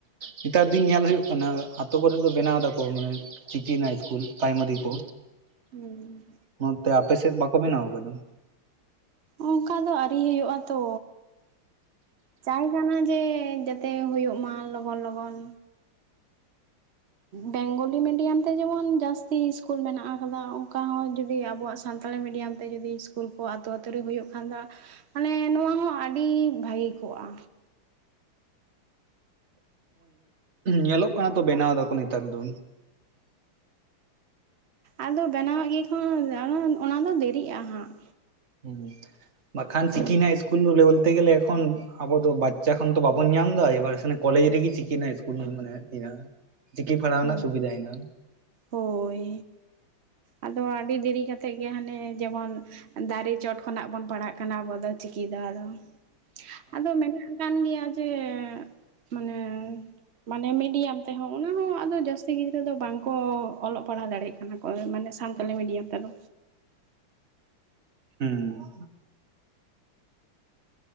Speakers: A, on the right; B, on the right.
A: ᱱᱮᱛᱟᱨ ᱫᱤᱱ ᱧᱮᱞ ᱦᱩᱭᱩᱜ ᱠᱟᱱᱟ ᱟᱛᱳ ᱠᱚᱨᱮᱫ ᱫᱚ ᱵᱮᱱᱟᱣ ᱫᱟᱠᱚ ᱢᱟᱱᱮ ᱪᱤᱠᱤ ᱨᱮᱱᱟᱜ ᱤᱥᱠᱩᱞ ᱯᱨᱟᱭᱢᱟᱨᱤ ᱠᱚ᱾
B: ᱦᱩᱸ
A: ᱚᱱᱚᱛᱮ ᱟᱯᱮᱥᱮᱫ ᱵᱟᱠᱚ ᱵᱮᱱᱟᱣ ᱟᱠᱟᱫᱟ?
B: ᱚᱱᱠᱟ ᱫᱚ ᱟᱹᱣᱨᱤ ᱦᱩᱭᱩᱜ-ᱟ ᱛᱚ᱾ ᱪᱟᱭ ᱠᱟᱱᱟ ᱡᱮ ᱡᱟᱛᱮ ᱦᱳᱭᱳᱜ ᱢᱟ ᱞᱚᱜᱚᱱ ᱞᱚᱜᱚᱱ᱾ ᱵᱮᱝᱜᱚᱞᱤ ᱢᱤᱰᱤᱭᱟᱢ ᱛᱮ ᱡᱮᱢᱚᱱ ᱡᱟᱹᱥᱛᱤ ᱤᱥᱠᱩᱞ ᱢᱮᱱᱟᱜ ᱟᱠᱟᱫᱟ ᱚᱱᱠᱟ ᱦᱚᱸ ᱡᱚᱫᱤ ᱟᱵᱚᱣᱟᱜ ᱥᱟᱱᱛᱟᱞᱤ ᱢᱤᱰᱤᱭᱟᱢ ᱛᱮ ᱡᱩᱫᱤ ᱤᱥᱠᱩᱞ ᱠᱚ ᱟᱛᱳ ᱟᱛᱳ ᱨᱮ ᱦᱩᱭᱩᱜ ᱠᱷᱟᱱ ᱫᱚ ᱢᱟᱱᱮ ᱱᱚᱣᱟ ᱦᱚᱸ ᱟᱹᱰᱤ ᱵᱷᱟᱜᱮ ᱠᱚᱜ-ᱟ᱾
A: ᱧᱮᱞᱚᱜ ᱠᱟᱱᱟ ᱛᱚ ᱵᱮᱱᱟᱣ ᱫᱟᱠᱚ ᱱᱮᱛᱟᱨ ᱫᱚ᱾
B: ᱟᱫᱚ ᱵᱮᱱᱟᱣᱟᱜ ᱜᱮ ᱠᱚ ᱚᱱᱟ ᱫᱚ ᱫᱮᱨᱤᱜ-ᱟ ᱦᱟᱸᱜ᱾
A: ᱩᱸ ᱵᱟᱠᱷᱟᱱ ᱪᱤᱠᱤ ᱨᱮᱱᱟᱜ ᱤᱥᱠᱩᱞ ᱵᱚᱞᱛᱮ ᱜᱮᱞᱮ ᱮᱠᱷᱚᱱ ᱟᱵᱚ ᱫᱚ ᱵᱟᱪᱪᱟ ᱠᱷᱚᱱ ᱛᱚ ᱵᱟᱵᱚᱱ ᱧᱟᱢ ᱫᱟ ᱮᱵᱟᱨ ᱥᱮ- ᱠᱚᱞᱮᱡᱽ ᱨᱮᱜᱮ ᱪᱤᱠᱤ ᱨᱮᱱᱟᱜ ᱤᱥᱠᱩᱞ ᱢᱟᱱᱮ ᱦᱮᱱᱟᱜ-ᱟ, ᱪᱤᱠᱤ ᱯᱟᱲᱦᱟᱣ
B: ᱦᱮᱸ
A: ᱨᱮᱱᱟᱜ ᱥᱩᱵᱤᱫᱟ ᱦᱮᱱᱟᱜ-ᱟ᱾
B: ᱦᱳᱭ ᱟᱫᱚ ᱟᱹᱰᱤ ᱫᱮᱨᱤ ᱠᱟᱛᱮᱫ ᱜᱮ ᱦᱟᱱᱮ ᱡᱮᱢᱚᱱ ᱫᱟᱨᱮ ᱪᱚᱴ ᱠᱷᱚᱱᱟᱜ ᱵᱚᱱ ᱯᱟᱲᱟᱜ ᱠᱟᱱᱟ ᱟᱵᱚ ᱫᱚ ᱪᱤᱠᱤ ᱫᱚ ᱟᱫᱚ ᱟᱫᱚ ᱢᱮᱱᱟᱜ ᱟᱠᱟᱱ ᱜᱮᱭᱟ᱾ ᱡᱮ ᱢᱟᱱᱮ ᱢᱟᱱᱮ ᱢᱤᱰᱤᱭᱟᱢ ᱛᱮᱦᱚᱸ ᱚᱱᱟ ᱦᱚᱸ ᱟᱫᱚ ᱡᱟᱹᱥᱛᱤ ᱜᱤᱫᱽᱨᱟᱹ ᱫᱚ ᱵᱟᱝ ᱠᱚ ᱚᱞᱚᱜ ᱯᱟᱲᱦᱟᱣ ᱫᱟᱲᱮᱜ ᱠᱟᱱᱟ ᱠᱚ ᱢᱟᱱᱮ ᱥᱟᱱᱛᱟᱞᱤ ᱢᱤᱰᱤᱭᱟᱢ ᱛᱮᱫᱚ᱾
A: ᱦᱩᱸ